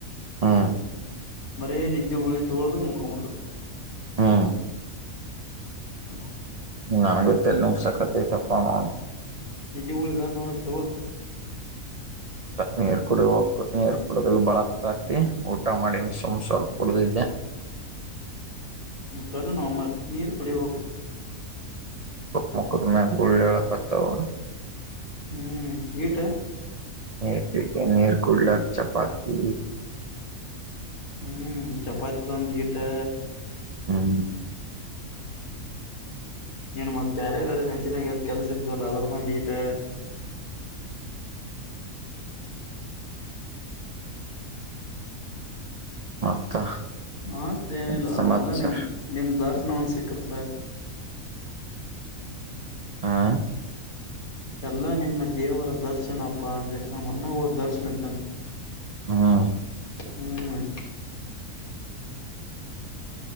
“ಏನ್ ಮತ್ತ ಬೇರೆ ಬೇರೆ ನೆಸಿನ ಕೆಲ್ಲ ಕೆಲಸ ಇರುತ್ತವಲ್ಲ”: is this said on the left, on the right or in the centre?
Left